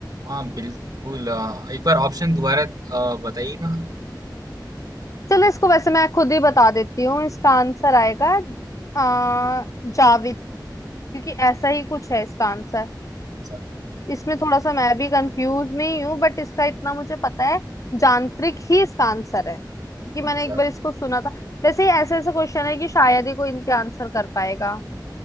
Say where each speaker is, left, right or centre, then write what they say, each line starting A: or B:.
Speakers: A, on the right (about 60°); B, on the left (about 45°).
A: हाँ बिल्कुल अ, एक बार ऑप्शन दोबारा अ, बताइएगा
B: चलो इसको वैसे मैं खुद ही बता देती हूँ इसका आंसर आएगा आ, जाविद क्योंकि ऐसा ही कुछ है इसका आंसर
A: अच्छा
B: इसमें थोड़ा सा मैं भी कंफ्यूज में ही हूँ बट इसका इतना मुझे पता है यांत्रिक ही इसका आंसर है क्योंकि मैंने
A: अच्छा
B: एक बार इसको सुना था वैसे ऐसे ऐसे क्वेश्चन है कि शायद ही कोई इनके आंसर कर पाएगा